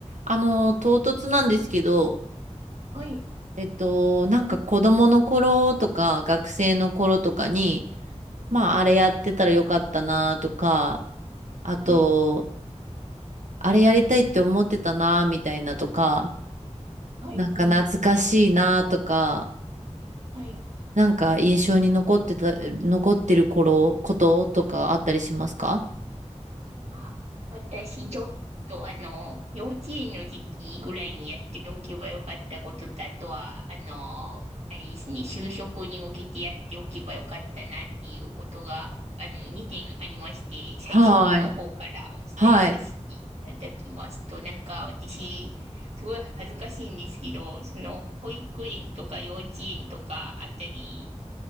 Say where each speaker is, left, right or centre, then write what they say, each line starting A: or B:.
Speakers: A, on the right; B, on the right.
A: あの、唐突なんですけど、
B: はい、
A: えっと、なんか子供の頃とか学生の頃とかに、まあ、あれやってたらよかったなとか、あと、
B: はい、
A: あれやりたいって思ってたなみたいなとか、
B: はい、
A: なんか懐かしいなとか、
B: はい、はい。
A: なんか印象に残ってた、残ってる頃、こととかあったりしますか
B: あ、私、ちょっと、あの、幼稚園の時期ぐらいにやっておけばよかったことと、あとは、あの、あれですね、就職に向けてやっておけばよかったなっていうことが、あの、2点ありまして、最初の方からお伝えさせていただきますと、
A: はい。はい。
B: なんか、私、すごい恥ずかしいんですけど、その保育園とか幼稚園とかあたり